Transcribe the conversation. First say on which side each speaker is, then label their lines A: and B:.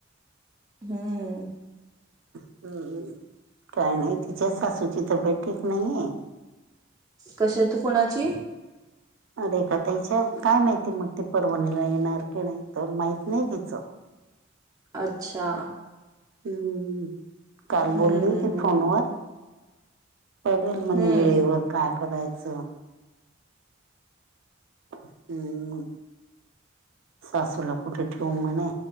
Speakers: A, on the right; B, on the right.
A: हम्म
B: हम्म काय नाही तिच्या सासूची तब्येत ठीक नाहीये
A: कसे तू कोणाची
B: रेखा ताई च काय माहिती मग ती परभणीला येणार की नाही तर माहीत नाही तीच
A: अच्छा
B: हम्म काय
A: हम्म
B: बोलली
A: हम्म
B: ती
A: हम्म
B: फोनवर बघल म्हणे
A: हम्म
B: वेळेवर काय करायचं हम्म सासूला कुठे ठेव म्हणे